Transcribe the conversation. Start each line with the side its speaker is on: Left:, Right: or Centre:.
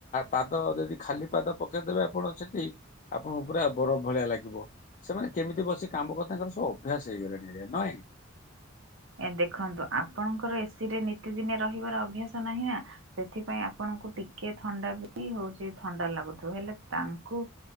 Left: ପାଦ ଯଦି ଖାଲି ପାଦ ପକେଇଦେବେ ଆପଣ ସେଠି ଆପ ପୁରା ବରଫ ଭଳିଆ ଲାଗିବ ସେମାନେ କେମିତି ବସି କାମ କରି ତାଙ୍କର ସବୁ ଅଭ୍ୟାସ ହେଇଗଲାଣି ହେଇଗଲାଣି ନୁହେଁ
Right: ଏ ଦେଖନ୍ତୁ ଆପଣଙ୍କର ଏ ଏସିରେ ନିତିଦିନିଆ ରହିବାର ଅଭ୍ୟାସ ନାହିଁ ନା ସେଥିପାଇଁ ଆପଣଙ୍କୁ ଟିକେ ଥଣ୍ଡା ବି ହଉଚି ଥଣ୍ଡା ଲାଗୁଥିବ ହେଲେ ତାଙ୍କୁ